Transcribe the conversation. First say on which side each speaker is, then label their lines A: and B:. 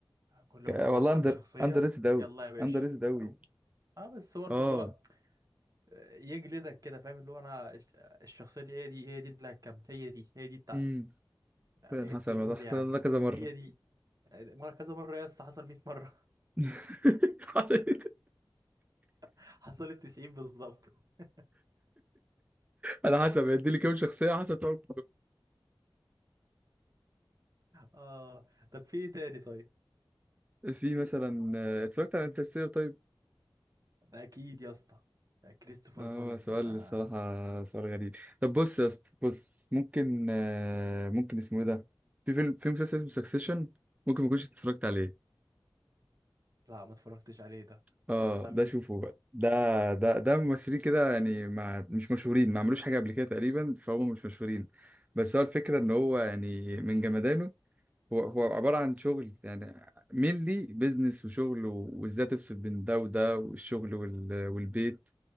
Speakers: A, on the right (about 45°); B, on the right (about 20°).
A: كل
B: ك- والله
A: ما تتعلق
B: اندر
A: بشخصية
B: اندر ريتد اوي
A: يلا يا باشا
B: اندر ريتد اوي
A: أو... اه بس برضه
B: اه
A: اللي هو يجلدك كده فاهم اللي هو انا الش- الشخصية دي هي دي هي دي اللي هتكمل هي دي هي دي بتاعتي
B: امم
A: اقتلهولي
B: فعلا حصل الموضوع حصل
A: يا عم
B: ده كذا مره
A: هي دي آه، مرة كذا مرة يا اسطى حصل 100 مرة
B: <laughs> حصلت
A: <laughs> حصلت 90 بالظبط <laughs>
B: على حسب هيدي لي كام شخصية على حسب طبعا
A: اه طب في ايه تاني طيب
B: في مثلا آه، اتفرجت على انترستيلر طيب
A: ده اكيد يا اسطى ده كريستوفر
B: آه،
A: نولان
B: هو سؤال
A: آه.
B: الصراحة سؤال غريب طب بص يا اسطى بص ممكن آه، ممكن اسمه ايه ده في فيلم في مسلسل اسمه سكسيشن ممكن ما كنتش اتفرجت عليه
A: لا ما اتفرجتش عليه ده
B: اه
A: ده بتاع
B: ده
A: مين
B: شوفه بقى ده ده ده ممثلين كده يعني ما مش مشهورين ما عملوش حاجة قبل كده تقريبا فهم مش مشهورين بس هو الفكرة ان هو يعني من جمدانه هو هو عبارة عن شغل يعني مينلي بيزنس وشغل و- وازاي تفصل بين ده وده والشغل وال- والبيت